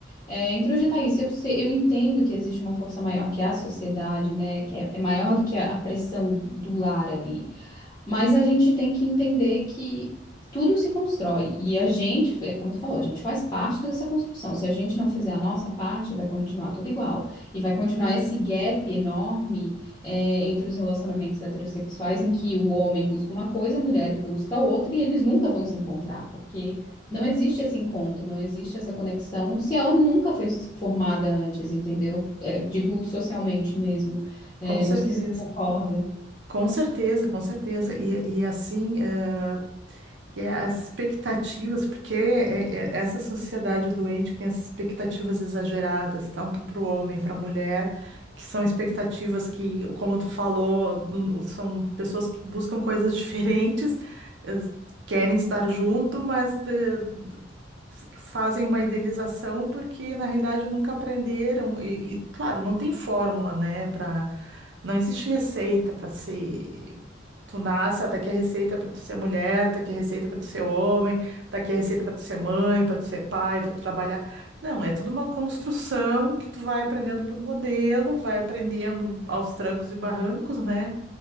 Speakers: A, on the left; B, on the right.
A: É, introjetar isso. Eu sei, eu entendo que existe uma força maior que a sociedade, né? Que é, é maior do que a, a pressão do lar ali. Mas a gente tem que entender que tudo se constrói e a gente, é como tu falou, a gente faz parte dessa construção. Se a gente não fizer a nossa parte, vai continuar tudo igual. E vai continuar esse gap enorme, é, entre os relacionamentos heterossexuais, em que o homem busca uma coisa, a mulher busca outra e eles nunca vão se encontrar, porque não existe esse encontro, não existe essa conexão se ela nunca foi formada antes, entendeu? É, digo socialmente mesmo. É,
B: Com certeza.
A: não sei se tu concorda.
B: Com certeza, com certeza. E, e assim, eh, que é as expectativas, porque é- é essa sociedade doente que tem essas expectativas exageradas, tanto para o homem, para a mulher, que são expectativas que, como tu falou, n- são pessoas que buscam coisas <laughs> diferentes, eh, querem estar junto, mas eh, f- fazem uma idealização porque na realidade nunca aprenderam e, e, claro, não tem fórmula, né, para não existe receita para ser tu nasce, ó, tá aqui a receita para tu ser mulher, tá aqui a receita para tu ser homem, tá aqui a receita para tu ser mãe, para tu ser pai, para tu trabalhar. Não, é tudo uma construção que tu vai aprendendo por modelo, vai aprendendo aos trancos e barrancos, né?